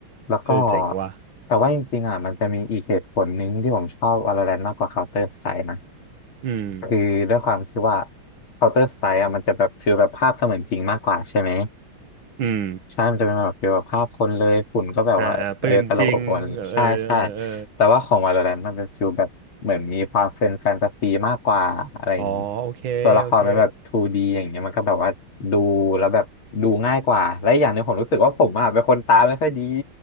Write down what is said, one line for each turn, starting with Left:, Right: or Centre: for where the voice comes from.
Left: แล้วก็
Right: เออเจ๋งว่ะ
Left: แต่ว่าจริงๆอ่ะมันจะมีอีกเหตุผลหนึ่งที่ผมชอบ Valorant มากกว่า Counter Strike นะ
Right: อืม
Left: คือด้วยความที่ว่า Counter Strike อ่ะมันจะแบบฟีลแบบภาพเสมือนจริงมากกว่าใช่ไหม
Right: อืม
Left: ใช่มันจะเป็นแบบเกี่ยวกับภาพคนเลยฝุ่นก็แบบว่าเออตลบอบอวลใช่ใช่
Right: อ่าอ่าปืนจริงเออเออเออเออ
Left: แต่ว่าของ Valorant มันเป็นฟิลแบบเหมือนมีความเป็นแฟนตาซีมากกว่าอะไรอย่างนี้
Right: อ๋อโอเคโอเค
Left: ตัวละครเป็นแบบ 2D อย่างเงี้ยมันก็แบบว่าดูแล้วแบบดูง่ายกว่า และอกอย่างหนึงผมรู้สึกว่าผมอ่ะเป็นคนตาไม่ค่อยดี